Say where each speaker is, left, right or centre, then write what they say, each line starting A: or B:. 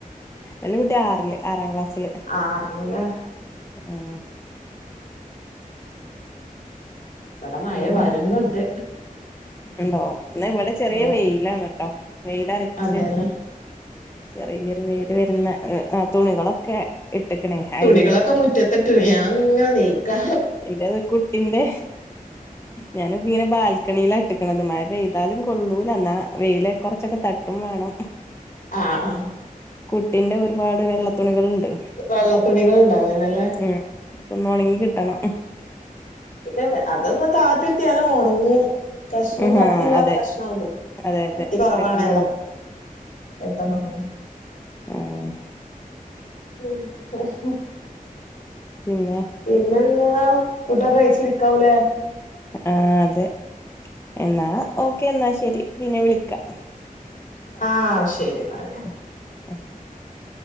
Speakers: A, on the left; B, on the left.
A: വെല്ല്യ കുട്ടി ആറല് ആറാം ക്ലാസ്സില്
B: ആഹ് അത് പിന്നെ
A: ഏഹ്
B: ഇവടെ മയ
A: പിന്നെ
B: വരുന്നുണ്ട്
A: ഉണ്ടോ എന്ന ഇവിടെ ചെറിയ
B: ഓ
A: വെയിലാണ് ട്ടോ വെയിലരച്ച്
B: അതെല്ലേ
A: ചെറിയൊരു വെയില് വരുന്ന തുണികളൊക്കെ ഇട്ടക്കണേ അയ്യലിൽ
B: തുണികളൊക്കെ മുറ്റത്തിട്ടിണ് ഞാൻ ഇങ്ങനെ നീക്കാ
A: എറത് കുട്ടിന്റെ ഞാൻ പ്പങ്ങനെ ബാൽക്കണിൽട്ടക്കണത് മഴ പെയ് എന്താലും കൊള്ളൂല ന്നാ വെയിലെ കുറച്ചൊക്കെ തട്ടും വേണം
B: ആഹ് ആഹ്
A: കുട്ടിന്റെ ഒരുപാട് വെള്ളത്തണികൾണ്ട്
B: വെള്ള തുണികൾ ഉണ്ടാവൂലല്ലേ
A: ഉം അപ്പൊന്ന് ണങ്ങി കിട്ടണം
B: പിന്നെ അതൊന്ന് കാറ്റിട്ടിയാല ഉണങ്ങും കഷ്ണം
A: ആ
B: കട്ടില്ലാത്ത
A: അതെ
B: കഷ്ണം ആവുമ്പോള
A: അതെ അതെ
B: കട്ടി കുറവാണല്ലോ
A: പെട്ടെന്ന് ഒണങ്ങും
B: പെട്ടെന്നൊണങ്ങ
A: ആഹ്
B: <inaudible>
A: പിന്നെ
B: പിന്നെന്താ ഫുഡൊക്കെ കഴിച്ചിരിക്കാവല്ലേ
A: ആഹ് അതെ എന്നാ ഓക്കെ എന്നാ ശരി പിന്നെ വിളിക്കാം
B: ആഹ് ശരി ന്നാല്
A: <inaudible>